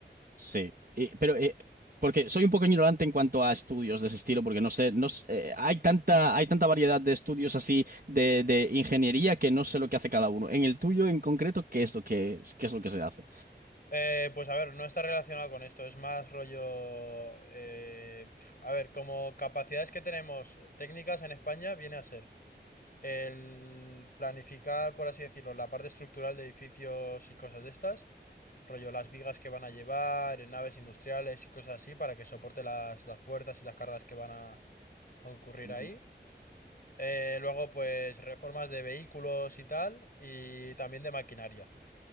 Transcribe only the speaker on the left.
Eh, pues a ver, no está relacionado con esto, es más rollo... eh, pf, a ver, como capacidades que tenemos técnicas en España, viene a ser El planificar, por así decirlo, la parte estructural de edificios y cosas de estas, rollo las vigas que van a llevar en naves industriales y cosas así para que soporte las, las fuerzas y las cargas que van a, a ocurrir
ahí. Eh, luego, pues reformas de vehículos y tal, y también de maquinaria.